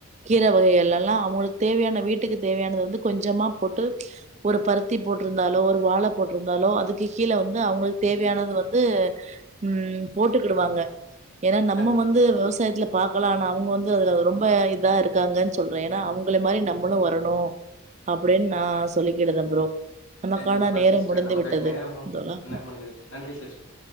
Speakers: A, on the right (about 30°); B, on the left (about 70°).
A: கீர வகைகல் எல்லா அவுங்களுக்கு தேவையான வீட்டுக்கு தேவையானது வந்து கொஞ்சமா போட்டு ஒரு பருத்தி போட் இருந்தாலோ ஒரு வாழ போட்டிருந்தாலோ அதுக்கு கீழ வந்து அவங்களுக்கு தேவையானது வந்து உஹம் போட்டுக்கிடுவாங்க ஏன்னா நம்ம
B: கண்டிப்
A: வந்து விவசாயத்துல பா மக்களனா அவங்க வந்து அதுல ரொம்ப இதா இருக்காங்கன்னு சொல்றேன் ஏன்னா அவங்கள மாதிரி நம்மளும் வரணும் அப்படின்னு நான் சொல்லிக்கிடுதேன் ப்ரோ நமக்கான
B: கண்டிப்பா
A: நேரம்
B: சிஸ்டர்
A: முடிந்து
B: நமக்கு
A: விட்டது
B: நேரமும்
A: தோழா
B: என்ன முடிஞ்சிட்டு நன்றி சிஸ்டர்